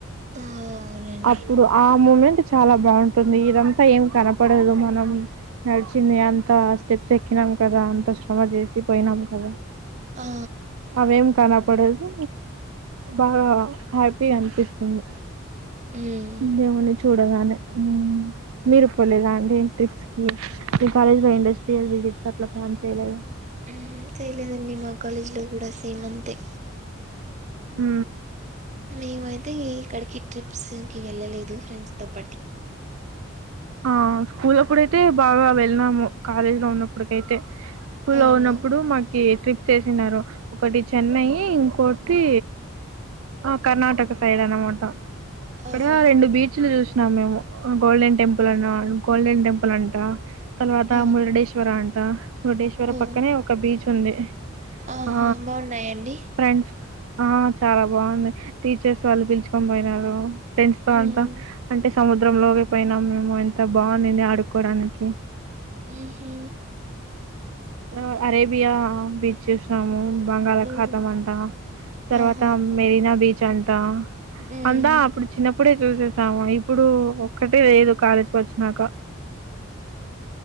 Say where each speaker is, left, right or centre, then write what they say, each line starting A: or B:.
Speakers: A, on the right; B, on the right.
A: ఆ అవునండి
B: అప్పుడు ఆ మూమెంట్ చాలా బాగుంటుంది ఇదంతా ఏం కనపడదు మనం నడిచింది అంత స్టెప్స్ ఎక్కిన కదా అంత శ్రమ చేసి పోయినం కదా
A: ఆ
B: అవేం కన్ పడదు బాగా హ్యాపీ అనిపిస్తుంది
A: మ్మ్
B: దేవుణ్ణి చూడగానే మ్ మీరు పోలేదా అండి ట్రిప్స్ కి మీ కాలేజ్ లో ఇండస్ట్రియల్ విజిట్స్ అట్లా ప్లాన్ చేయలేదా
A: హుం చేయలేదండి మా కాలేజీలో కూడా సేమ్ అంతే
B: మ్
A: మేమయితే ఎక్కడికి ట్రిప్స్కి వెళ్ళలేదు ఫ్రెండ్స్ తో పాటి
B: ఆ స్కూల్ అప్పుడైతే బాగా వెళ్ళినాము కాలేజీ లో ఉన్నప్పుటికైతే స్కూల్లో
A: అవునా
B: ఉన్నప్పుడు మాకి చేసినారు ఒకటి చెన్నై ఇంకోటి ఆ కర్ణాటక సైడ్ అనమాట అక్కడే
A: ఓహో
B: రెండు బీచ్లు చూసి ఉన్నం మేము గోల్డెన్ టెంపుల్ అన్నా గోల్డెన్ టెంపుల్ అంట తర్వాత
A: ఆ
B: మురడేశ్వర అంట మురడేశ్వర
A: ఓ
B: పక్కనే ఓక బీచ్ ఉంది
A: ఆహా
B: ఆ
A: బాగున్నాయండి
B: ఫ్రండ్స్ ఆ చాలా బాగుంది టీచర్స్ వాళ్ళు పిలుచుకొని పోయినారు ఫ్రెండ్స్ తో
A: మ్మ్
B: అంతా అంటే సముద్రం లోకి పోయినాం మేము ఎంత బాగుందింది ఆడుకోడానికి
A: మ్ హు
B: ఆ అరేబియా బీచ్ చూసినాము బంగాలకాతం
A: ఓహో
B: అంటా తర్వాత
A: ఆహా
B: మెరీనా బీచ్ అంట
A: మ్మ్
B: అంతా అప్పుడు చిన్నప్పుడే చూసేసాము ఇప్పుడు ఒక్కటే లేదు కాలేజీకి వచ్చినాక